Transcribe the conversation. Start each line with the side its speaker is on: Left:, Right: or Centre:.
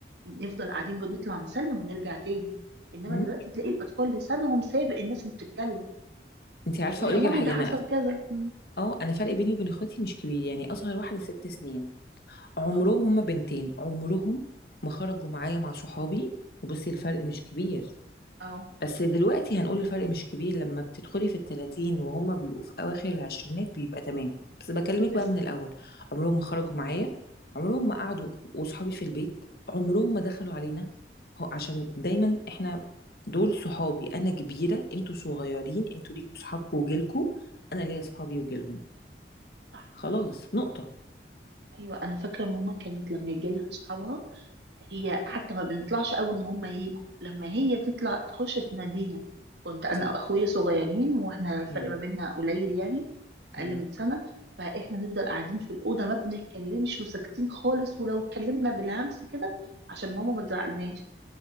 Right: نفضل قاعدين جوه نطلع نسلم ونرجع تاني انما
Left: امم
Right: دلوقتي تلاقي الاطفال لسانهم سابق الناس اللي بتتكلم
Left: انت عارفه
Right: ويا
Left: اقول
Right: مامي
Left: لك على حاجه
Right: ده حصل
Left: انا
Right: كذا مم.
Left: اه انا فرق بيني وبين اخواتي مش كبير يعني اصغر واحده ست سنين عمرهم
Right: اه
Left: هما بنتين عمرهم ما خرجوا معايا مع صحابي وبصي الفرق مش كبير
Right: اه
Left: بس دلوقتي هنقول الفرق مش كبير لما بتدخلي في التلاتين وهما بيبقوا في أواخر العشرينات بيبقى تمام بس بكلمك
Right: بالظبط
Left: بقى من الأول عمرهم ما خرجوا معايا عمرهم ما قعدوا
Right: اه
Left: وصحابي في البيت عمرهم ما دخلوا علينا هو عشان دايما احنا دول صحابي أنا كبيرة انتوا صغيرين انتوا ليكوا صحابكوا وجيلكوا أنا ليا صحابي وجيلهم
Right: صح
Left: خلاص نقطة
Right: ايوه انا فاكره ماما كانت لما يجي لها اصحابها هي حتى ما بنطلعش اول ما هم يجوا لما هي تطلع تخش تنادينا كنت انا
Left: صح
Right: واخويا صغيرين واحنا الفرق
Left: مم.
Right: ما بيننا قليل يعني اقل
Left: مم.
Right: من سنه فاحنا نفضل قاعدين في الاوضه ما بنتكلمش وساكتين خالص ولو اتكلمنا بالهمس كده عشان ماما ما تزعلناش